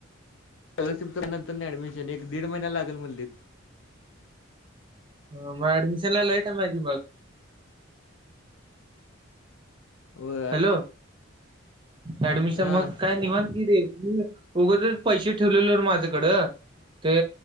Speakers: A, on the left; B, on the right.
A: स्कॉलरशिपच्या नंतर ऍडमिशन एक दीड महिना लागल म्हणली.
B: हो मग अडमिशन लय टाईम आहे की मग
A: व
B: हॅलो ऍडमिशन
A: हां
B: मग काय निवांत <unintelligible> उगाचच पैसे ठेवलेले माझ्याकडं ते